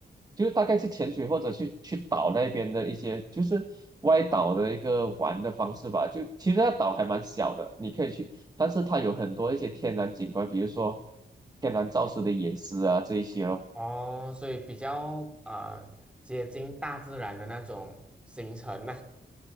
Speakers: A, on the right; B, in the centre.
A: 就是大概去潜水或者去去岛那边的一些，就是外岛的一个玩的方式吧。就其实那岛还蛮小的，你可以去，但是它有很多一些天然景观，比如说天然造石的岩石啊这一些咯。
B: 哦，所以比较啊、呃接近大自然的那种行程呐、